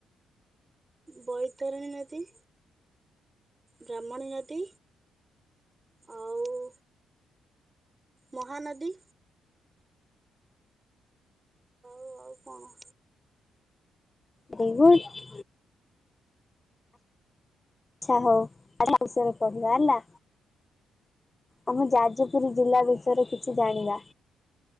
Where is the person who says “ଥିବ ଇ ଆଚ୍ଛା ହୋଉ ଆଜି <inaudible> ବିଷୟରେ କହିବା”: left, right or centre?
Left